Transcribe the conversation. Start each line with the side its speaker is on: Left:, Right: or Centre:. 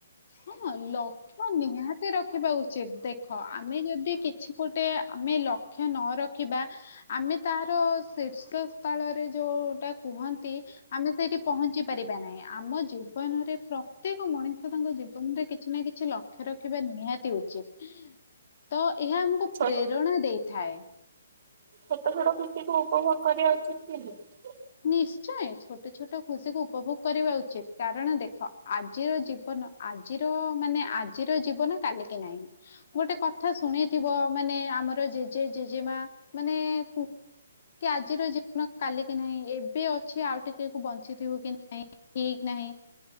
Left: ହଁ ଲକ୍ଷ ନିହାତି ରଖିବା ଉଚିତ ଦେଖ ଆମେ ଯଦି କିଛି ଗୋଟେ ଆମେ ଲକ୍ଷ୍ୟ ନ ରଖିବା ଆମେ ତାହାର ଶୀର୍ଷ ସ୍ଥଳରେ ଯୋଉଟା କୁହନ୍ତି ଆମେ ସେଇଠି ପହଞ୍ଚି ପାରିବା ନାହିଁ ଆମ ଜୀବନରେ ପ୍ରତ୍ୟେକ ମଣିଷ ତାଙ୍କ ଜୀବନରେ କିଛି ନା କିଛି ଲକ୍ଷ୍ୟ ରଖିବା ନିହାତି ଉଚିତ ତ ଏହା ଆମକୁ
Right: ଛୋ
Left: ପ୍ରେରଣା ଦେଇଥାଏ।
Right: ଛୋଟ ଛୋଟ ଖୁସି କୁ ଉପଭୋଗ କରିବା ଉଚିତ କି ନା?
Left: ନିଶ୍ଚୟ ଛୋଟ ଛୋଟ ଖୁସିକୁ ଉପଭୋଗ କରିବା ଉଚିତ କାରଣ ଦେଖ ଆଜିର ଜୀବନ ଆଜିର ମାନେ ଆଜିର ଜୀବନ କାଲ କିି ନାହିଁ ଗୋଟେ କଥା ଶୁଣ ଶୁଣିଥିବ ମାନେ ଆମର ଜେଜେ ଜେଜେମା ମାନେ କୁହନ୍ତି କି ଆଜିର ଜୀବନ କାଲି କି ନାହିଁ ଏବେ ଅଛି ଆଉ ଟିକେ ବଞ୍ଚିଥିବୁ କି ନାଇଁ ଠିକ ନାହିଁ